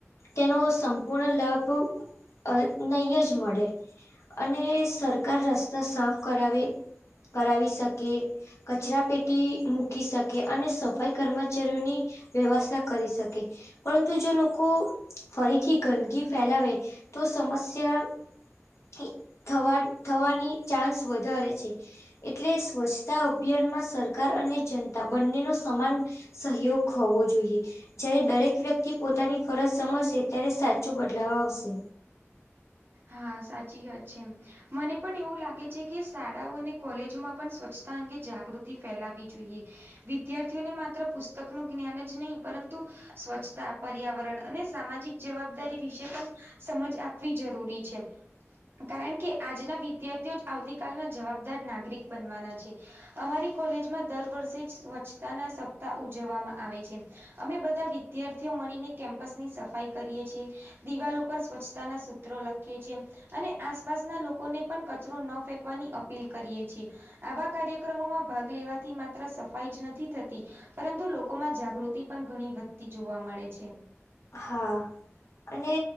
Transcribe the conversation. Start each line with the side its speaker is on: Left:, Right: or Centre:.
Left: તેનો સંપૂર્ણ લાભ અ નહીય જ મળે અને સરકાર રસ્તા સાફ કરાવે. કરાવી શકે કચરા પેટી મુ મૂકી શકે અને સફાઈ કર્મચારીઓની વ્યવસ્થા કરી શકે. પરંતુ જો લોકો ફરીથી ગંદકી ફેલાવે તો સમસ્યા થી થવા થવાની ચાન્સ વધારે છે. એટલે સ્વચ્છતા અભિયાનમાં સરકાર અને જનતા બંને નો સમાન સહયોગ હોવો જોઈએ. જયારે દરેક વ્યક્તિ પોતાની ફરજ સમજશે ત્યારે સાચો બદલાવ આવશે.
Right: હા સાચી વાતછે એમ મને પણ એવું લાગે છે કે શાળાઓ અને કોલેજોમાં પણ સ્વચ્છતા અંગે જાગૃતિ ફેલાવી જોઈએ. વિદ્યાર્થીઓને માત્ર પુસ્તક નુ જ્ઞાન જ નહીં પરંતુ સ્વચ્છતા પર્યાવરણ અને સામાજિક જવાબદારી વિશે પણ સમજ આપવી જરૂરી છેઅ. કારણ કે આજના વિદ્યાર્થીઓ જ આવતી કાલના જવાબદાર નાગરિક બનવાના છે. અમારી કોલેજમાં દર વર્ષે જ સ્વચ્છતાના સપ્તાહ ઉજવવામાં આવે છે. અમે બધા વિદ્યાર્થીઓ મળીને કેમ્પસની સફાઈ કરીએ છીએ. દિવાલો ઉપર સ્વચ્છતાના સૂત્રો લખ લખીએ છીએ, અને આસપાસના લોકોને પણ કચરો ન ફેંકવાની અપીલ કરીએ છીએ. આવા કાર્યક્રમોમાં ભાગ લેવાથી માત્ર સફાઈ જ નથી થતી. પરંતુ લોકોમાં જાગૃતિ પણ ઘણી વધતી જોવા મળે છે.
Left: હા અને